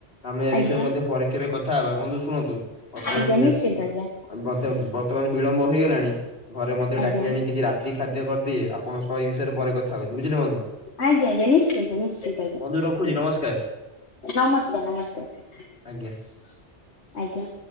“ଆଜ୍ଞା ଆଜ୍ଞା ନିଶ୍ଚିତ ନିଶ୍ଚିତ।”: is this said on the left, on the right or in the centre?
Left